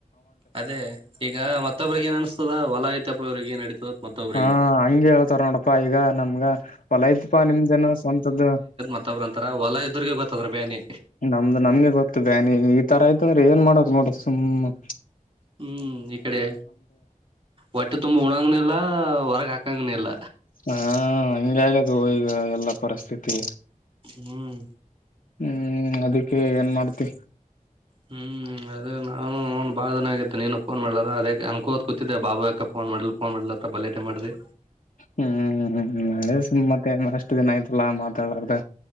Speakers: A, on the right (about 40°); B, on the left (about 75°).
A: ಅದೇ ಈಗ ಮತ ಒಬ್ಬರಿಗೆ ಗೆ ಏನ್ ಅನಸತದ ಹೊಲ ಐತಪ್ಪ ಇವ್ರಿಗೆ ಏನ್ ನಡೀತದ. ಮತ್ತೊಬ್ರಿಗೆ
B: ಹ್ಮ್ಮ ಹಂಗೆ ಹೇಳ್ತಾರ ನೋಡಪ್ಪಾ ಈಗ ನಮ್ಗ ಹೊಲ ಐತಿಪಾ ನಿಮ್ದ ಏನ ಸ್ವಂತದ್ದ.
A: ಮತ್ತೊಬ್ಬರು ಅಂತಾರ ಹೊಲ್ಲ ಇದವರಿಗೆ ಗೊತ್ತ ಅದರ ಬ್ಯಾನಿ.
B: ನಮ್ದು ನಮ್ಗೆ ಗೊತ್ತು ಬ್ಯಾನಿ ಈ ತರ ಆಯ್ತು ಅಂದ್ರೆ ಏನ ಮಾಡಕ ನೋಡರಿ ಸುಮ್ನೆ.
A: ಹ್ಮ್ಮ ಇಕಡೆ ಒಟ್ಟೆ ತುಂಬಾ ಉಣಾಂಗನು ಇಲ್ಲ. ಹೊರಗ ಹಾಕಂಗನ ಇಲ್ಲ.
B: ಹ್ಮ್ಮ್ ಹಂಗೆ ಆಗದೋ ಈಗ ಎಲ್ಲಾ ಪರಿಸ್ಥಿತಿ.
A: ಹ್ಮ್.
B: ಹ್ಮ್ ಅದಿಕ್ಕೆ ಏನ್ ಮಾಡ್ತಿ.
A: ಹ್ಮ್ ಅದೇ ನಾನು ನೌನ ಬಾಳ ದಿನ ಆಗಿತು ನೀನು ಫೋನ್ ಮಾಡಲಾರದ ಅದೇ ಅನಕೊಂತ ಕೂತಿದ್ದೆ ಬಾಬು ಯಾಕ ಫೋನ್. ಫೋನ್ ಮಾಡ ಫೋನ್ ಮಾಡಿಲ್ಲ ಬಲ ಲೆಟ್ ಆಗಿ ಮಾಡ್ದಿ.
B: ಹ್ಮ್ ಮತ್ತೆ ಅಷ್ಟು ದಿನ ಆಯ್ತಲ್ಲಾ ಮಾತಾಡ ಲಾರದ.